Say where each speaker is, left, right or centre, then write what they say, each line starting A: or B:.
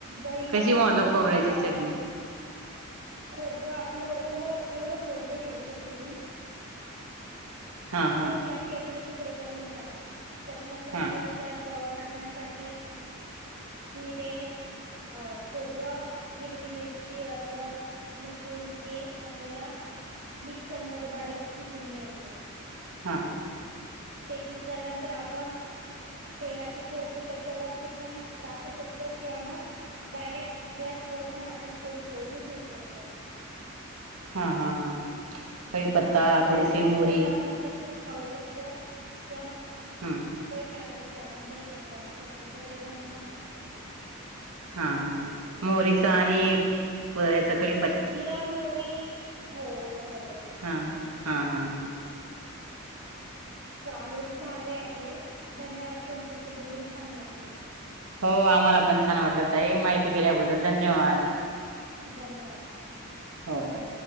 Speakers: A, on the right; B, on the right.
A: दही टाकूनही
B: कशी म्हणतो
A: बनवू
B: खोबऱ्याची
A: शकतो
B: चटणी
A: आपण खोबरं आपलं ओला ओलं खोबरं घ्यायचं किसून
B: हा
A: किसून
B: हा
A: घ्या किंवा तुम्ही तुकडे करून घ्या. त्याच्यानंतर आपल्याला
B: हा
A: त्यात टाकण्यासाठी जिरे अ खोबरं, हिरवी मिरची, अद्रक, लसूण हे आपल्याला मिक्सरमध्येध्ये बारीक पिसून घ्यायचं.
B: हा
A: ते पिसल्यानंतर आपण तेलाची फोडणी त्याच्या वरती पण टाकू शकतो किंवा मग डायरेक्ट गॅस वर पण आपण थोडी फोडणी देऊ शकतो.
B: हा हा हा कढीपत्ता
A: जर तिखट खायचे
B: थोडीशी
A: असेल
B: मोहरी
A: तर आपण ख क <inaudible>
B: हम्म
A: टाकायचं तर आपण दही पण टाकू शकतो तसे पण छान लागते.
B: हा ह हां मोरीचा आणि याच्याकडे
A: जिरा मोरी हो बरोबर
B: हा हा हा हा
A: चालेल झालेय आपले धन्यवाद तुमच्याशी बोलून छान वाटले.
B: हो आम्हाला पण छान वाटलं त आहे माहिती दिल्याबद्दल धन्यवाद.
A: धन्यवाद.
B: हो हो